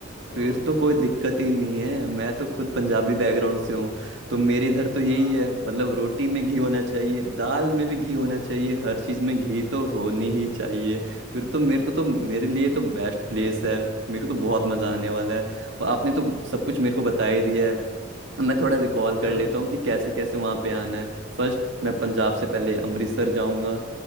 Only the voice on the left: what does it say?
तो
<laughs>
हाँ
हाँ